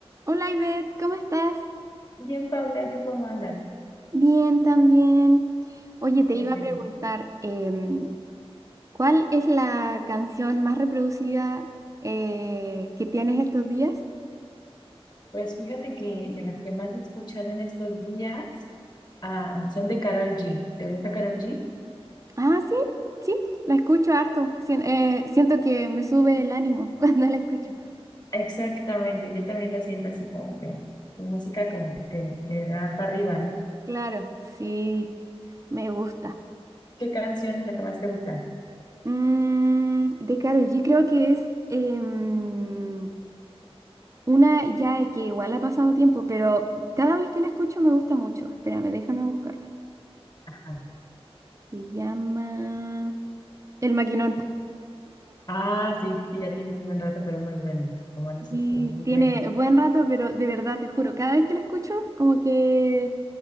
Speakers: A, on the right (about 30°); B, on the left (about 40°).
A: Hola Ivette, ¿cómo estás?
B: Bien, Paula, ¿y tú cómo andas?
A: Bien, también. Oye, te
B: Qué
A: iba
B: bueno.
A: a preguntar, em, ¿cuál es la canción más reproducida eh, que tienes estos días?
B: Pues fíjate que de las que más he escuchado en estos días ah, son de Karol G. ¿Te gusta Karol G?
A: Ah, sí, sí, la escucho harto. Sien- eh, siento que me sube el ánimo <laughs> cuando la escucho.
B: Exactamente, yo también lo siento así como que su música como que te, te da para arriba, ¿no?
A: Claro, sí, me gusta.
B: ¿Qué canción es la que más te gusta?
A: Mm, de Karol G creo que es em, una ya que igual ha pasado tiempo, pero cada vez que la escucho me gusta mucho. Espérame, déjame buscar.
B: Ajá.
A: Se llama El Maquinón.
B: Ah, sí, sí, ya tiene un buen rato, pero muy buena. Como dices,
A: Y
B: tú, muy
A: tiene
B: buena.
A: buen rato, pero de verdad, te juro, cada vez que la escucho, como que